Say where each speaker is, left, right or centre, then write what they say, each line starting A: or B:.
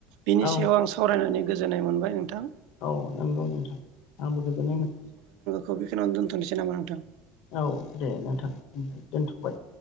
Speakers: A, on the right; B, on the left.
A: बिनि
B: औ
A: सायाव आं सावरायनानै गोजोननाय मोनबाय नोंथां।
B: औ नंगौ नोंथां आंबो गोजोननाय मोनदों।
A: खौ बे खिनियावनो दोन्थ'नोसै नामा नोंथां?
B: औ दे नोंथां दोनथ'बाय।